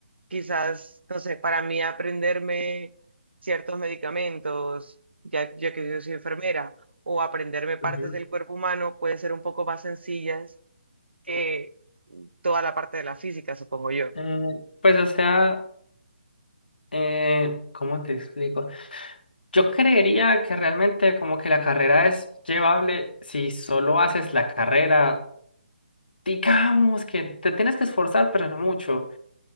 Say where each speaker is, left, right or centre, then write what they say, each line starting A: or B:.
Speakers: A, on the right (about 85°); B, on the left (about 60°).
A: quizás, no sé, para mí aprenderme ciertos medicamentos, ya, ya que yo soy enfermera, o aprenderme partes
B: ujú.
A: del cuerpo humano pueden ser un poco más sencillas que toda la parte de la física, supongo yo.
B: Eh, pues, o sea, eh, ¿cómo te explico? Yo creería que realmente como que la carrera es llevable si solo haces la carrera, digamos que te tienes que esforzar, pero no mucho.